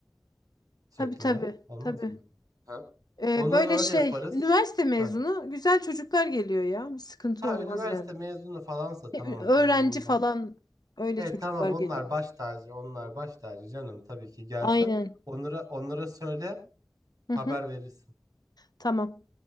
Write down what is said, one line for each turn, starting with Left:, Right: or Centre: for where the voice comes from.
Left: <clears throat>
Right: şeklinde.
Left: Tabii tabii
Right: Olmaz
Left: tabii.
Right: mı? Ha?
Left: Ee,
Right: Onu
Left: böyle
Right: öyle
Left: şey
Right: yaparız.
Left: üniversite mezunu
Right: Heh.
Left: güzel çocuklar geliyor ya bir sıkıntı
Right: Ha
Left: olmaz
Right: üniversite
Left: yani.
Right: mezunu falansa
Left: E,
Right: tamam
Left: Ö- Öğrenci
Right: tamam ondan.
Left: falan öyle
Right: He
Left: çocuklar
Right: tamam onlar
Left: geliyor.
Right: baş tacı, onlar baş tacı canım tabii ki gelsin.
Left: Aynen.
Right: Onlara onlara söyle,
Left: Hı
Right: haber
Left: hı.
Right: verirsin.
Left: Tamam.